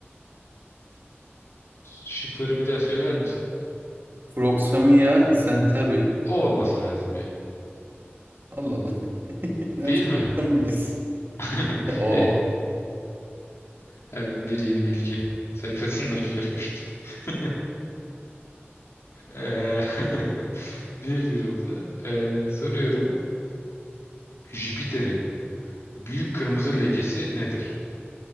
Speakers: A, on the left (about 80°); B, on the right (about 50°).
A: Şıkları bir daha söyler misin?
B: Proxima Centauri.
A: O olması lazım ya.
B: Allah Allah. <laughs> Nereden
A: Değil mi?
B: biliyorsun?
A: <laughs>
B: O.
A: E, Her gün bir yeni bilgi sayfasından <laughs> görmüştüm. <laughs> Eee, <laughs> bir bir oldu. Eee, soruyorum. Jüpiter'in büyük kırmızı lekesi nedir?